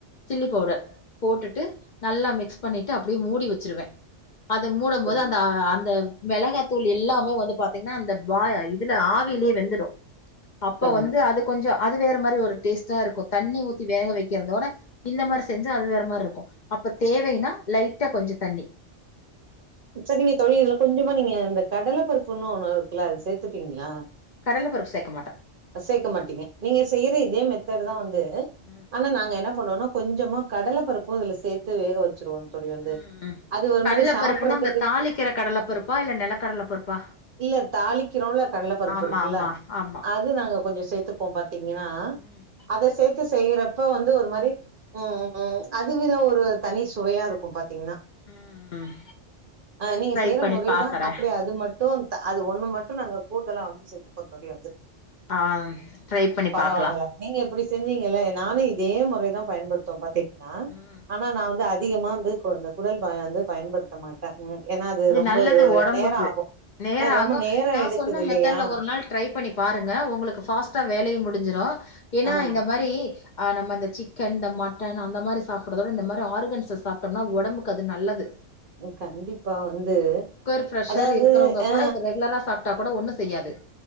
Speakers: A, on the left (about 55°); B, on the right (about 50°).
A: சில்லி பவுடர் போட்டுட்டு நல்லா மிக்ஸ் பண்ணிட்டு அப்படி மூடி வச்சிருவே அத மூடும் போது
B: சரி
A: அந்த அந்த மெளகாத்தூள் எல்லாமே வந்து பாத்தீங்கன்னா அந்த பா இதுல ஆவியிலே வெந்துடு அப்ப
B: கண்டிப்
A: வந்து அது கொஞ்ச அது வேற மாரி ஒரு டேஸ்ட்டா இருக்கோ தண்ணி ஊத்தி வேக வைக்கிறதோட இந்த மாரி செஞ்சா அது வேற மாரி இருக்கோ அப்ப தேவைன்னா லைட்டா கொஞ்ச தண்ணி
B: சரிங்க தோழி இதுல கொஞ்சமா நீங்க இந்த கடல பருப்புன் ஒண்ணு இருக்குல்ல அத சேத்துப்பீங்களா
A: கடல பருப்பு சேக்க மாட்
B: சேக்க மாட்டீங்க நீங்க செய்யுற இதே மெத்த்ட்தா வந்து
A: ம்
B: ஆனா நாங்க என்ன பண்ணோனா கொஞ்சமா கடல பருப்பு இதுல சேத்து வேக வச்சுருவாங் தோழி வந்து
A: ம் ம்
B: அது ஒரு
A: கடல
B: மாரி சாப்பிறக்
A: பருப்புன்னா அந்த தாளிக்கிற கடல பருப்பா இல்ல நெலக்கடல பருப்பா
B: இல்ல தாளிக்கிறோல கடல பருப்பு
A: ஆமா
B: இருக்குல்ல
A: ஆமா ஆமா
B: அத் அது நாங்க கொஞ்ச சேத்துப்போ பாத்தீங்கன்னா
A: ம்
B: அத சேத்து செய்றப்ப வந்து ஒரு மாரி ம் ம் அது வித ஒரு தனி சுவையா இருக்கு பாத்தீங்ன்னா
A: ம் ம்
B: அ நீங்க
A: ட்ரை
B: செய்யற
A: பண்ணி
B: முறைதா
A: பாக்குறே
B: அப்டியே அது மட் ட்டு அது ஒண்ணு மட்டு நாங்க கூடுதலா வந்து சேத்துப்போ தோழி
A: ஆ ட்ரை பண்ணி
B: பரவால்ல
A: பாக்லா
B: நீங்க இப்படி செஞ்சீங்கல நானு இதே முறைதா பயன்படுத்த பாத்தீங்கன்னா
A: ம்
B: ஆனா நா வந்து அதிகமா வந்து இந்த குடல் வந்து பயன்படுத்த மாட் ம் ஏனா அது ரொம்ப
A: நல்லது ஒடம்புக்கு
B: நேர ஆகும்
A: நேரோ
B: ஆ ரொம்ப
A: ஆகு
B: நேர
A: நா
B: எடுக்குது
A: சொன்ன
B: இல்லையா
A: மெத்தட்ல ஒரு நாள் ட்ரை பண்ணி பாருங்க உங்களுக்கு ஃபாஸ்டா வேலையு முடிஞ்சிடு ஏன்னா
B: ஆ
A: இந்த மாரி அ நம்ம இந்த சிக்கன் இந்த மட்டன் அந்த மாரி சாப்ட்றதோட இந்த மாதிரி ஆர்கன்ஸ் சாப்டோம்னா ஒடம்புக்கு அது நல்லது
B: நீ கண்டிப்பா வந்து
A: சுகர் ப்ரெஷர்
B: அதாவது
A: இருக்கிறவங்க
B: ஆ
A: கூட இது ரெகுலராக சாப்ட்டா கூட ஒன்னு செய்யாது